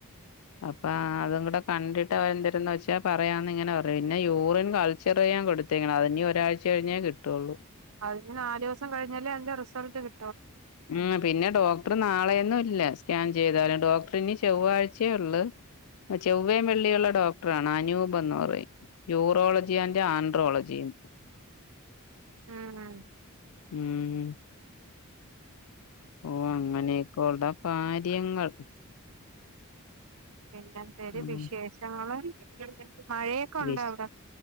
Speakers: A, on the left; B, on the right.
A: അപ്പൊ അതും കുടെ കണ്ടിട്ട് അവരെന്തിരന്ന് വെച്ചാ പറയാന്ന് ഇങ്ങനെ പറ പിന്നെ യൂറിയൻ കൾച്ചർ ചെയ്യാൻ കൊട് ത്തിക്കണത് ഇനി ഒരാഴ്ച കഴിഞ്ഞേ കിട്ടൊള്ളൂ
B: അതിന് നാല്സം കഴിഞ്ഞല്ലേ അതിന്റെ റിസൾട്ട് കി
A: ഉം പിന്നെ ഡോക്ടറ് നാ ളെയൊന്നും ഇല്ല സ്കാൻ ചെയ്താലും ഡോക്ടറി ഇനി ചൊവ്വാഴ്ച്ചയേ ഒള്ള് ചൊവ്വേയും വെള്ളിയുള്ള ഡോക്ടറണ് അനൂപ് എന്ന് പറയും യൂറോളജി ആൻഡ് ആൻഡ്രോളജി ഉം
B: മ് മ്
A: ഉം ഓ അങ്ങനെക്കെ ഒള്ള കാര്യങ്ങൾ
B: പിന്നെന്തേലും
A: ഉം
B: വിശേഷങ്ങള് മഴയൊക്കെ ഉണ്ടോ
A: വിശ്
B: അവിടെ